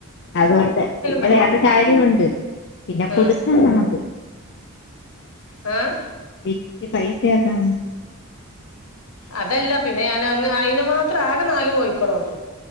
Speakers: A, on the left; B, on the left.
A: അതോണ്ട് പിന്നെ
B: പറ്റൂല
A: വേറെരു കാര്യ ഉണ്ട്. പിന്നെ കൊടുക്കണം
B: ആഹ്
A: നമക്ക്
B: ആഹ്
A: വിറ്റ് പൈസാക്കാന്
B: അതല്ല പിന്നെ ഞാൻ അന്ന് അയിന്മാത്ര ആകെ നാല് കോയ്ക്കളൊള്ളൂ